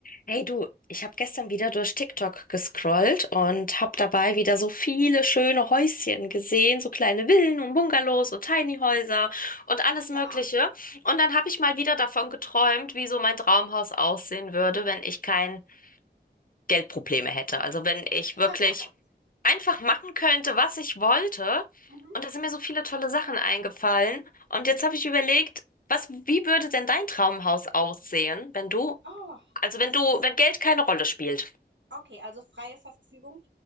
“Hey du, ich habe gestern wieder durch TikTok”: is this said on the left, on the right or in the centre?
Left